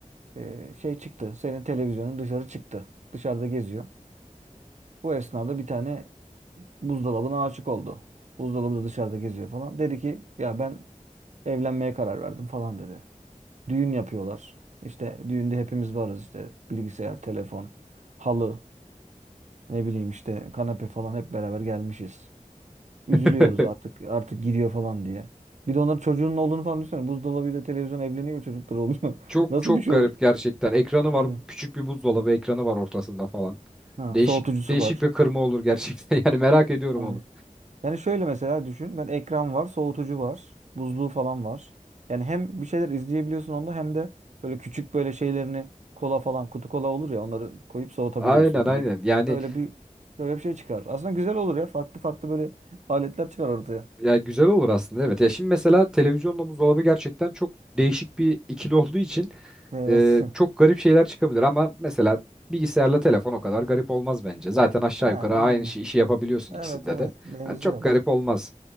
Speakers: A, on the right; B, in the centre.
A: e, şey çıktı. Senin televizyonun dışarı çıktı. Dışarıda geziyor. Bu esnada bir tane buzdolabına aşık oldu. Buzdolabı da dışarıda geziyor falan. Dedi ki ya ben evlenmeye karar verdim falan dedi. Düğün yapıyorlar. İşte düğünde hepimiz varız işte bilgisayar, telefon, halı, ne bileyim işte kanepe falan hep beraber gelmişiz. Üzülüyoruz
B: <laughs>
A: artık artık gidiyor falan diye. Bir de onların çocuğunun olduğunu falan düşünsene. Buzdolabıyla televizyon evleniyor çocuklar oluyor.
B: Çok
A: <laughs> Nasıl
B: çok
A: bir şey
B: garip
A: olur?
B: gerçekten. Ekranı
A: Yani
B: var. Küçük bir buzdolabı ekranı var ortasında falan.
A: ha,
B: Değişik
A: soğutucusu
B: değişik
A: var.
B: bir kırma olur gerçekten. <laughs> Yani merak ediyorum
A: Yani
B: onu.
A: yani şöyle mesela düşün. Ben ekran var, soğutucu var, buzluğu falan var. Yani hem bir şeyler izleyebiliyorsun onda hem de böyle küçük böyle şeylerini kola falan kutu kola olur ya onları koyup soğutabiliyorsun
B: Aynen
A: gibi.
B: aynen. Yani
A: Öyle bir böyle bir şey çıkar. Aslında güzel olur ya. Farklı farklı böyle aletler çıkar ortaya.
B: Ya güzel olur aslında evet. Ya şimdi mesela televizyonla buzdolabı gerçekten çok değişik bir ikili olduğu için
A: Evet.
B: e,
A: <laughs>
B: çok garip şeyler çıkabilir ama mesela bilgisayarla telefon o kadar garip olmaz bence. Zaten aşağı
A: Ha
B: yukarı
A: yani.
B: aynı işi, işi yapabiliyorsun
A: Evet
B: ikisinde
A: evet
B: de.
A: benziyorlar.
B: Hani çok garip olmaz.